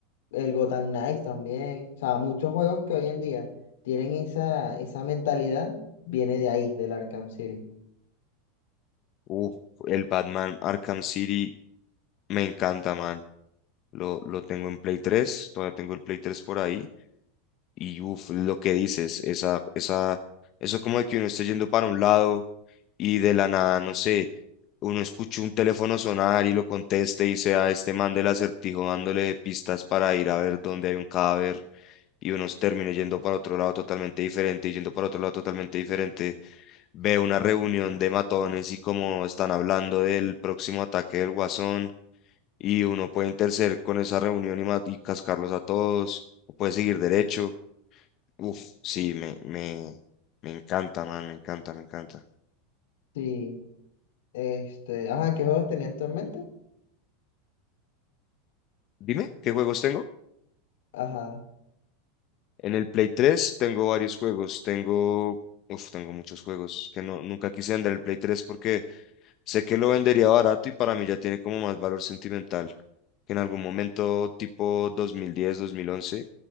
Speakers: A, on the left (about 75°); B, on the left (about 40°).
A: el Gotham Knights también. O sea, muchos juegos que hoy en día tienen esa, esa mentalidad, viene de ahí, del Arkham City.
B: Uh, el Batman Arkham City me encanta, man. Lo, lo tengo en Play tres Todavía tengo el Play tres por ahí. Y uff, lo que dices, esa, esa, eso como de que uno esté yendo para un lado y de la nada, no sé, uno escucha un teléfono sonar y lo conteste y sea este man del acertijo dándole pistas para ir a ver dónde hay un cadáver y uno termine yendo para otro lado totalmente diferente y yendo para otro lado totalmente diferente Veo una reunión de matones y como están hablando del próximo ataque del Guasón y uno puede interceder con esa reunión y, mat- y cascarlos a todos, o puede seguir derecho. Uf, sí, me, me, me encanta, man, me encanta, me encanta.
A: Sí, este, ajá, ¿qué juegos tenías tú en mente?
B: Dime, ¿qué juegos tengo?
A: Ajá,
B: En el Play tres tengo varios juegos, tengo, uf, tengo muchos juegos que no, nunca quise vender el Play tres porque sé que lo vendería barato y para mí ya tiene como más valor sentimental que en algún momento tipo dos dos mil diez dos mil once